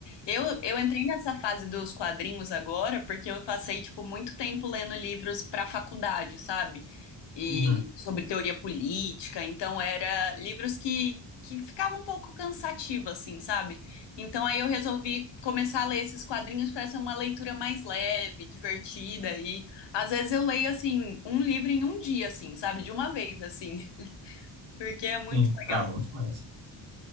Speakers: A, on the left; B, on the right.
A: Eu, eu entrei nessa fase dos quadrinhos agora porque eu passei, tipo, muito tempo lendo livros para faculdade, sabe? E
B: Uhum,
A: sobre teoria política, então era livros que, que ficavam um pouco cansativo, assim, sabe? Então aí eu resolvi começar a ler esses quadrinhos para ser uma leitura mais leve, divertida, e às vezes eu leio, assim, um livro em um dia, assim, sabe? De uma vez, assim, <laughs> porque é muito
B: Sim,
A: legal.
B: ah, bom demais.